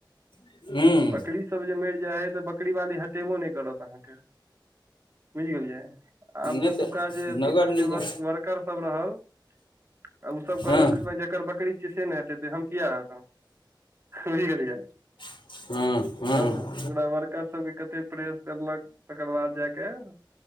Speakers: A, on the left (about 80°); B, on the right (about 30°).
A: हूँ
B: बकरी सब जे मरि जाइ हय त बकरी बाली हटेबो नय करत अहाँके बुझ गेलियै आब
A: नहि
B: ओतुका
A: तऽ
B: जे अथी
A: नगर
B: सब
A: निगम
B: जे वर्कर उ सब रहल अब उ सब
A: हँ
B: कल्हक न जे जेकर बकरी छ से नय हटेते हम किया हटेबे बुझ गेलियै
A: ह हू
B: तब ओकरा वर्कर सभके कथे प्रेस करलक तकर बाद जायाक